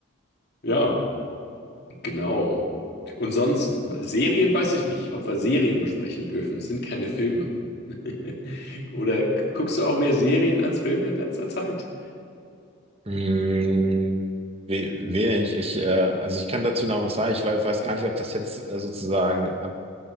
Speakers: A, on the left; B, on the right.
A: Ja, Genau. Und sonst, Serien weiß ich nicht, ob wir Serien besprechen dürfen. Es sind keine Filme. <laughs> Oder g- guckst du auch mehr Serien als Filme in letzter Zeit?
B: Hm, we- wenig. Ich, äh, also ich kann dazu noch was sagen. Ich wei- weiß gar nicht, ob das jetzt äh, sozusagen, ob